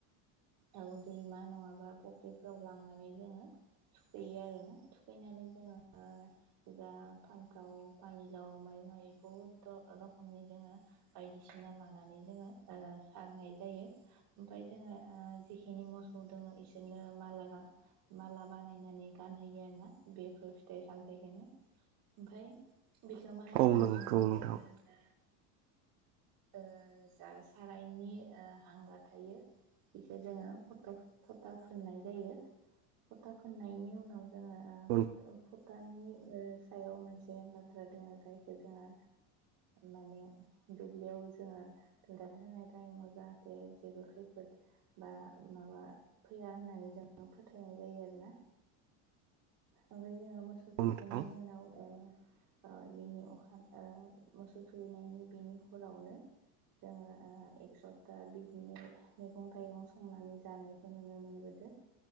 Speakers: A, on the right; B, on the right.
A: औ दैमा नङाबा फख्रिफ्राव लांनानै जोङो थुखैयो आरोना थुखैनानै जोङो जा फानथाव फानिलाव माइ माइ बहुद द रखमनि जोङो बायदिसिना लानानै जोङो ओ सारनाय जायो। ओमफ्राय जोङो ओ जेखिनि मोसौ दङ इसोरनो माला गा माला बानायनानै गानहोयो आरो ना बेफोर फिथाइ सामथायखोनो ओमफ्राय बेखौ मा गान
B: औ नंगौ
A: होनानै
B: नोंथां
A: जोङो जा ओ जा सारायनि आ हांगार थायो बेखौ जोङो फट' फटा फोननाय जायो। फटा फुननायनि उनाव जोङो
B: नंगौ
A: फटानि सायाव मोनसे बाथ्रा दङो जायखौ जोङो माने दुब्लियाव जोङो दोनदाल होनाय टाइमाव जाहाथे जेबो खैफोद बा माबा फैया होननानै जोङो फोथायनाय जायो आरोना ओमफ्राय जोङो मोसौ थुखैनायनि
B: नोंथां
A: उनाव ओ अ बिनि अखा अ मोसौ थुखैनायनि बिनि हरावनो जोङो आ एक स'बथा बिदिनो मैगं थाइगं संनानै जानायखौ नुनो मोनबोदों